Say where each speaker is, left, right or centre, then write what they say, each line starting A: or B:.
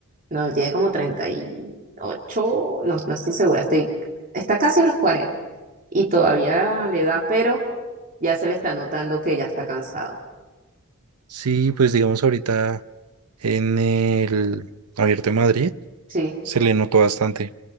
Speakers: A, on the right (about 40°); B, on the right (about 85°).
A: No, él tiene como 38 no, no estoy segura, estoy, está casi en los 40 y todavía le da, pero ya se le está notando que ya está cansado.
B: Sí, pues digamos ahorita en el Abierto de Madrid
A: Sí,
B: se le notó bastante